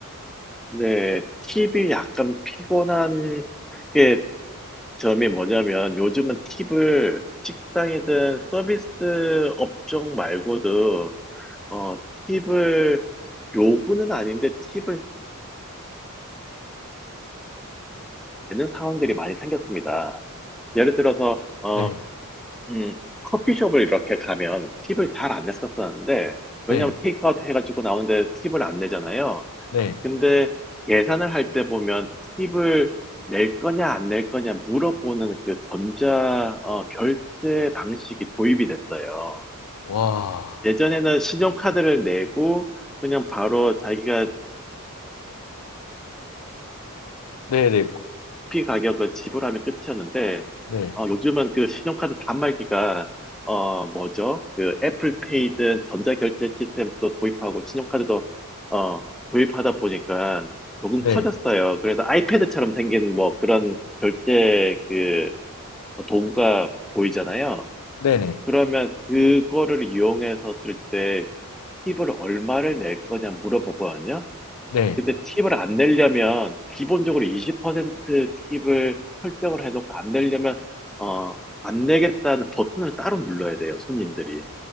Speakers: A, in the centre; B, on the left.
A: 네. 팁이 약간 피곤한 게 점이 뭐냐면 요즘은 팁을 식당이든 서비스 업종 말고도, 어, 팁을 요구는 아닌데 팁을 되는 상황들이 많이 생겼습니다. 예를 들어서, 어,
B: 네,
A: 음, 커피숍을 이렇게 가면 팁을 잘 안 냈었었는데, 왜냐면
B: 네,
A: 하 테이크아웃 해가지고 나오는데 팁을 안 내잖아요.
B: 네.
A: 근데 계산을 할 때 보면 팁을 낼 거냐, 안 낼 거냐 물어보는 그 전자, 어, 결제 방식이 도입이 됐어요.
B: 와,
A: 예전에는 신용카드를 내고, 그냥 바로 자기가
B: 네네,
A: 커피 가격을 지불하면 끝이었는데,
B: 네,
A: 어, 요즘은 그 신용카드 단말기가, 어, 뭐죠? 그 애플페이든 전자결제 시스템도 도입하고 신용카드도, 어, 도입하다 보니까 조금
B: 네,
A: 커졌어요. 그래서 아이패드처럼 생긴 뭐 그런 결제 그 도구가 보이잖아요.
B: 네, 네.
A: 그러면 그거를 이용해서 쓸 때 팁을 얼마를 낼 거냐 물어보거든요.
B: 네.
A: 근데 팁을 안 내려면 기본적으로 20% 팁을 설정을 해놓고 안 내려면 어, 안 내겠다는 버튼을 따로 눌러야 돼요, 손님들이.